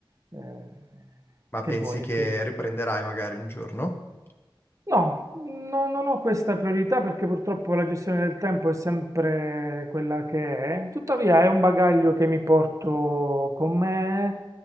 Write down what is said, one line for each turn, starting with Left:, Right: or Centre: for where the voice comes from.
Right: eh,
Left: ma
Right: che
Left: pensi
Right: vuoi,
Left: che
Right: è così.
Left: riprenderai magari un giorno?
Right: No, no- non ho questa priorità perché purtroppo la gestione del tempo è sempre quella che è. Tuttavia è un bagaglio che mi porto con me.